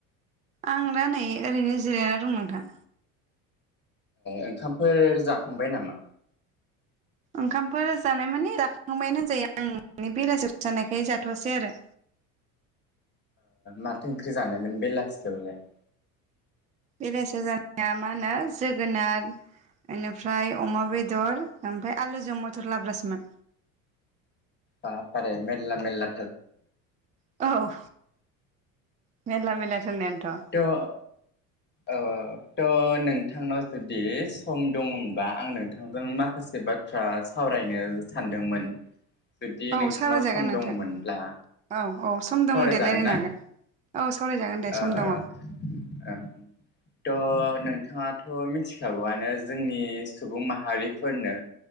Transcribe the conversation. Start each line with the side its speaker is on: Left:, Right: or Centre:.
Right: आं दा नै ओरैनो जिरायना दं नोंथां
Left: ओंखामफोर जाखांबाय नामा?
Right: ओंखामफोर जानाय माने जाखांबायानो होनजायो आं बेलासियाव जानायखाय जाथ'वासै आरो
Left: माथो ओंख्रि जानायमोन बेलासियावलाय?
Right: बेलासियाव जानाया मा होनो जोगोनार बेनिफ्राय अमा बेदर ओमफ्राय आलुजों मथर लाब्रासोमोन।
Left: बाब बारे मेरला मेलला
Right: औ मेरला मेरला थार होननायानोथ'
Left: औ औ थ' नोंथांनाव जुदि सम दङमोनबा आं नोंथांजों माखासे बाथ्रा सावरायनो सानदोंमोन। जुदि
Right: औ
Left: नोंथांनाव
Right: सावरायजागोन
Left: सम
Right: नोंथां
Left: दङमोनब्ला
Right: औ औ सम दङ
Left: सावरायजागोन
Right: दे रायलायनो
Left: ना
Right: हागोन औ सावरायजागोन दे सम
Left: ओ
Right: दङ
Left: ओ ओ थ' नोंथाङाथ' मिथिखागौआनो जोंनि सुबुं माहारिफोरनो